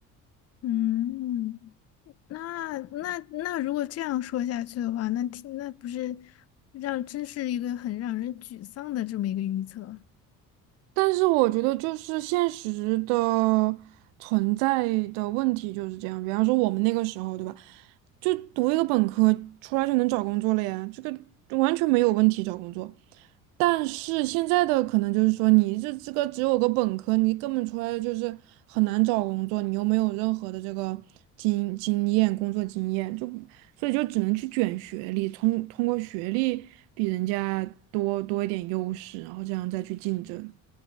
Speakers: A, on the left; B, on the right.
A: 嗯，那那那如果这样说下去的话，那听那不是让真是一个很让人沮丧的这么一个预测。
B: 但是我觉得就是现实的存在的问题就是这样，比方说我们那个时候，对吧？就读一个本科出来就能找工作了呀，这个完全没有问题找工作。但是现在的可能就是说，你这这个只有个本科，你根本出来就是很难找工作，你又没有任何的这个经经验、工作经验，就所以就只能去卷学历，通通过学历比人家多多一点优势，然后这样再去竞争。